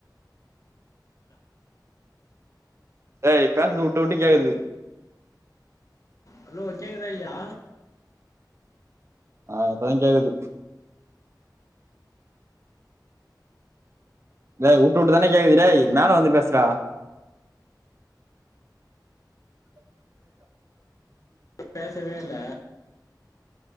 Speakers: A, on the right; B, on the left.
A: டேய் பேசர்து உட்டு உட்டு கேக்குது
B: ஹலோ கேக்குதா இல்லயா
A: ஆ இப்பதாங் கேக்குது டேய் உட்டு உட்டு தான்டா கேக்குது டேய் மேல வந்து பேசுறா டேய் சரிடா <inaudible>
B: பேசவே இல்ல